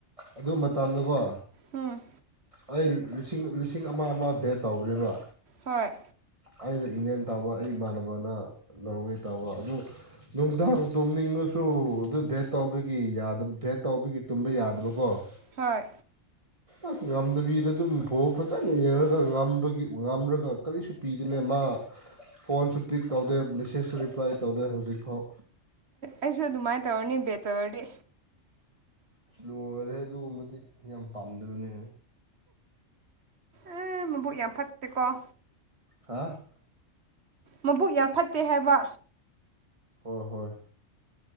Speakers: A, on the right; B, on the right.
A: ꯑꯗꯨ ꯃꯇꯝꯗꯀꯣ
B: ꯎꯨꯝ
A: ꯑꯩ ꯂꯤꯁꯤꯡ ꯂꯤꯁꯤꯡ ꯑꯃ ꯑꯃ ꯕꯦꯠ ꯇꯧꯕꯅꯦꯕ
B: ꯍꯣꯏ
A: ꯑꯩꯅ ꯏꯪꯂꯦꯟ ꯇꯧꯕ ꯑꯩ ꯏꯃꯥꯟꯅꯕꯅ ꯅꯣꯔꯋꯦ ꯇꯧꯕ ꯑꯗꯨ ꯅꯨꯡꯗꯥꯡ ꯇꯨꯝꯅꯤꯡꯉꯁꯨ ꯑꯗꯨ ꯗꯦꯠ ꯇꯧꯕꯒꯤ ꯌꯥꯗꯞ ꯚꯦꯠ ꯇꯧꯕꯒꯤ ꯇꯨꯝꯕ ꯌꯥꯗꯕꯀꫭ
B: ꯍꯣꯏ
A: ꯑꯁ ꯉꯝꯗꯕꯤꯗ ꯑꯗꯨꯝ ꯄꯣꯑꯣ ꯐꯖꯅ ꯌꯦꯡꯔꯒ ꯉꯝꯕꯒꯤ ꯉꯥꯝꯔꯒ ꯀꯔꯤꯁꯨ ꯄꯤꯗꯨꯅꯦ ꯃꯥ ꯐꯣꯟꯁꯨ ꯄꯤꯛ ꯇꯧꯗꯦ ꯃꯦꯁꯦꯖꯁꯨ ꯔꯤꯄ꯭ꯂꯥꯏ ꯇꯧꯗꯦ ꯍꯧꯖꯤꯛꯐꯥꯎ
B: ꯑꯩꯁꯨ ꯑꯗꯨꯃꯥꯏꯅ ꯇꯧꯔꯅꯤ ꯕꯦꯠ ꯇꯧꯔꯗꯤ꯫
A: ꯏꯁ ꯂꯣꯏꯔꯦ ꯑꯗꯨꯒꯨꯝꯕꯗꯤ ꯌꯥꯝ ꯄꯥꯝꯗꯕꯅꯦ
B: ꯑ ꯃꯕꯨꯛ ꯌꯥꯝ ꯐꯠꯇꯦꯀꫭ
A: ꯍꯥꯥ
B: ꯃꯕꯨꯛ ꯌꯥꯝ ꯐꯠꯇꯦ ꯍꯥꯏꯕ
A: ꯍꯣꯏ ꯍꯣꯏ